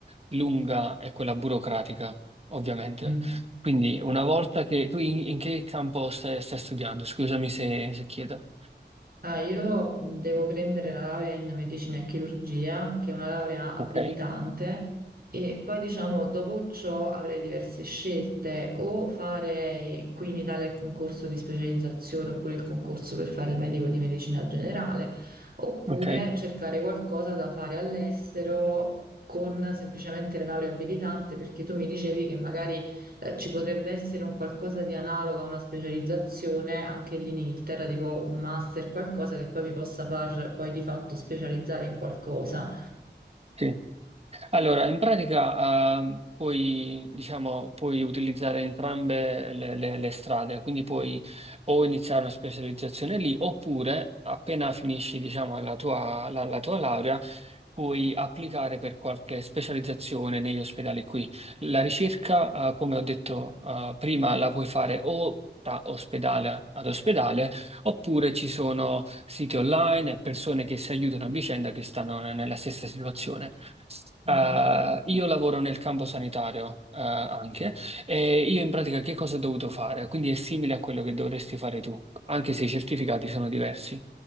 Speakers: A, on the right (about 35°); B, on the right (about 55°).
A: lunga è quella burocratica, ovviamente.
B: Mm.
A: Quindi una volta che tu in, in che campo stai, stai studiando? Scusami se, se chiedo.
B: Ah, io devo prendere la laurea in medicina e chirurgia, che è una laurea abilitante,
A: Ok.
B: e poi diciamo dopo ciò avrei diverse scelte, o fare qui in Italia il concorso di specializzazione oppure il concorso per fare il medico di medicina generale, oppure
A: Ok,
B: cercare qualcosa da fare all'estero con semplicemente la laurea abilitante, perché tu mi dicevi che magari eh, ci potrebbe essere un qualcosa di analogo a una specializzazione anche lì in Inghilterra, tipo un master, qualcosa che poi mi possa far poi di fatto specializzare in qualcosa.
A: sì. Allora, in pratica, ehm, puoi, diciamo, puoi utilizzare entrambe le, le- le strade, quindi puoi o iniziare una specializzazione lì, oppure appena finisci, diciamo, la tua, la- la tua laurea, puoi applicare per qualche specializzazione negli ospedali qui. La ricerca, eh, come ho detto, eh, prima, la puoi fare o da ospedale ad ospedale, oppure ci sono siti online e persone che si aiutano a vicenda che stanno nella stessa situazione.
B: Mm.
A: Eh, io lavoro nel campo sanitario, eh, anche, e io in pratica che cosa ho dovuto fare? Quindi è simile a quello che dovresti fare tu, anche se i certificati sono diversi.